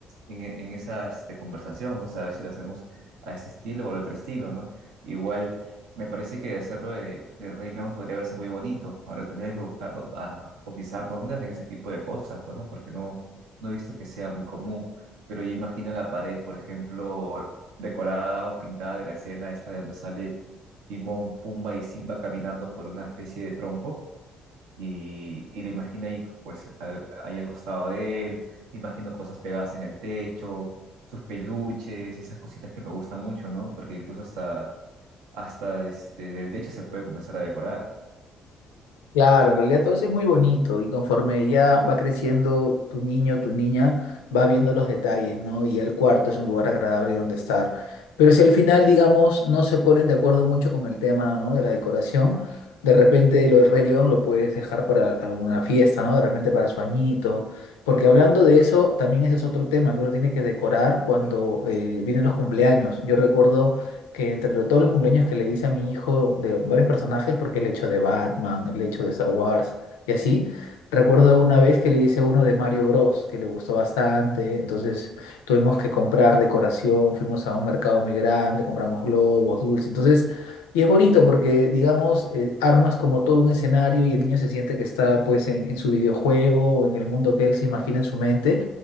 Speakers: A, on the right; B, on the left.
A: en, e- en esa este, conversación, ¿no? Saber si lo hacemos a este estilo o al otro estilo, ¿no? Igual, me parece que hacerlo de, de Rey León podría verse muy bonito. Ahora tendría que buscar, dó- a, cotizar dónde hacen ese tipo de cosas, pues, ¿no? Porque no, no he visto que sea muy común. Pero yo imagino la pared, por ejemplo, decorada o pintada de la escena esta de donde sale Timón, Pumba y Simba caminando por una especie de tronco y, y le imagina ahí, pues, al- ahí al costado de él, le imagino cosas pegadas en el techo, sus peluches y esas cositas que me gustan mucho, ¿no? Porque incluso hasta, hasta este, del techo se puede comenzar a decorar.
B: Claro, en realidad todo eso es muy bonito y conforme ya va creciendo tu niño, tu niña, va viendo los detalles, ¿no? Y ya el cuarto es un lugar agradable donde estar. Pero si al final, digamos, no se ponen de acuerdo mucho con el tema, ¿no? de la decoración, de repente lo de Rey León lo puedes dejar para alguna fiesta, ¿no? De repente para su añito. Porque hablando de eso, también ese es otro tema que uno tiene que decorar cuando eh, vienen los cumpleaños. Yo recuerdo que entre todos los cumpleaños que le hice a mi hijo de varios personajes, porque le he hecho de Batman, le he hecho de Star Wars y así, recuerdo una vez que le hice uno de Mario Bros, que le gustó bastante, entonces tuvimos que comprar decoración, fuimos a un mercado muy grande, compramos globos, dulces, entonces... Y es bonito porque, digamos, eh, armas como todo un escenario y el niño se siente que está pues en, en su videojuego o en el mundo que él se imagina en su mente